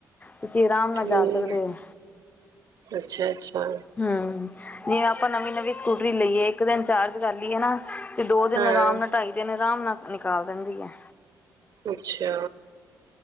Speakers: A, on the left; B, on the right.
A: ਤੁਸੀਂ ਆਰਾਮ ਨਾਲ
B: ਹੂੰ,
A: ਜਾ ਸਕਦੇ ਹੋ।
B: ਅੱਛਾ-ਅੱਛਾ,
A: ਹੰ ਜਿਵੇਂ, ਆਪਾਂ ਨਵੀਂ-ਨਵੀਂ ਸਕੂਟਰੀ ਲਈਏ ਇੱਕ ਦਿਨ ਚਾਰਜ ਕਰ ਲਈਏ ਨਾ ਤੇ, ਦੋ, ਦਿਨ
B: ਹਾਂ।
A: ਆਰਾਮ ਨਾਲ ਢਾਈ ਦਿਨ, ਆਰਾਮ ਨਾਲ ਨਿਕਾਲ ਦਿੰਦੀ ਹੈ।
B: ਅੱਛਾ।